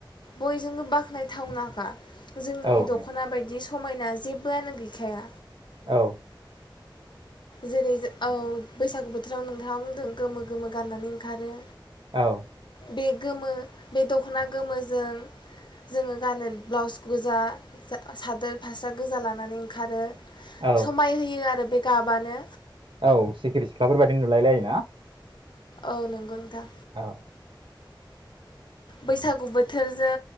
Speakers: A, on the left; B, on the right.
A: बयजोंबो बाख्नायथावनाखा। जोंनि
B: औ
A: दख'ना
B: नंगौ
A: बायदि स मायना जेबोआनो गैखाया।
B: औ।
A: जेरै औ बैसागु बोथोराव नोंथाङा बुंदों गोमो गोमो गाननानै ओंखारो।
B: औ।
A: बे गोमो बे दख'ना गोमोजों जोङो गानो ब्लाउस गोजा सादोर फास्रा गोजा लानानै ओंखारो।
B: औ
A: समाय होयो आरो बे गाबानो
B: औ सिखिरि सिख्लाफोर बायदि नुलायलायोना?
A: औ नंगौ नोंथां।
B: औ।
A: बैसागु बोथोरजों